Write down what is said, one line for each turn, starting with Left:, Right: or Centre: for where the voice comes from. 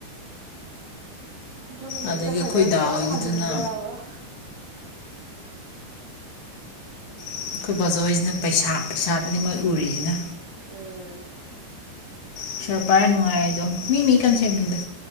Right: ꯌꯨꯝꯗ
Left: ꯑꯗꯒꯤ
Right: ꯑꯩ ꯆꯠꯈ꯭ꯔꯗꯤ
Left: ꯑꯩꯈꯣꯏ
Right: ꯑꯩ
Left: ꯗꯥ
Right: ꯁꯨꯡꯍꯟ
Left: ꯍꯣꯏꯒꯤꯗꯨꯅ
Right: ꯍꯟꯅꯤꯡꯗꯦꯕ
Left: ꯑꯩꯈꯣꯏ ꯕꯥꯆꯧꯍꯣꯏꯁꯤꯟ ꯄꯩꯁꯥ ꯄꯩꯁꯥꯗꯅꯤ ꯃꯣꯏ ꯎꯔꯤꯁꯤꯅ
Right: ꯎꯝ
Left: ꯄꯩꯁꯥ ꯄꯥꯏꯔ ꯅꯨꯉꯥꯏꯔꯤꯗꯣ ꯃꯤ ꯃꯤ ꯀꯟꯁꯦꯞꯅꯤꯗ